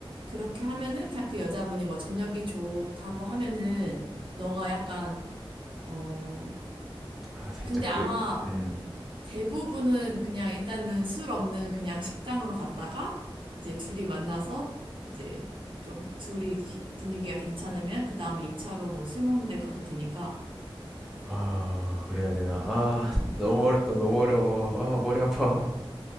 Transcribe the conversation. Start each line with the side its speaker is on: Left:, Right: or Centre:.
Right: 그렇게 하면은 그냥 그 여자분이 뭐 저녁이 좋다고 하면은 너가 약간 어
Centre: 아 살짝
Right: 근데
Centre: 그
Right: 아마
Centre: 음.
Right: 대부분은 그냥 일단은 술 없는 그냥 식당으로 갔다가 이제 둘이 만나서 이제 좀 둘이 기- 분위기가 괜찮으면 그 다음에 2차로 뭐 술 먹는 데 가도 되니까
Centre: 아 그래야 되나? 아
Right: 어,
Centre: 너무
Right: 어.
Centre: 어렵다. 너무 어려워. 아 머리 아파.